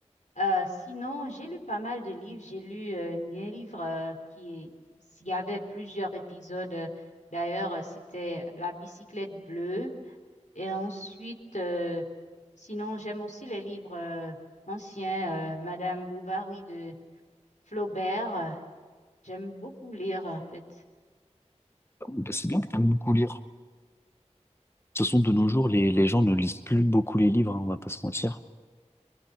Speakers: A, on the left; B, on the left.
A: Euh, sinon, j'ai lu pas mal de livres. J'ai lu euh, un livre euh, qui est, il y avait plusieurs épisodes. euh, D'ailleurs, euh, c'était La bicyclette bleue. Et ensuite, euh, sinon, j'aime aussi les livres euh, anciens, euh, Madame Bovary de Flaubert. Euh, J'aime beaucoup lire, en fait.
B: Oh, bah, c'est bien que tu aimes beaucoup lire. De toute façon, de nos jours, les, les gens ne lisent plus beaucoup les livres, hein, on va pas se mentir.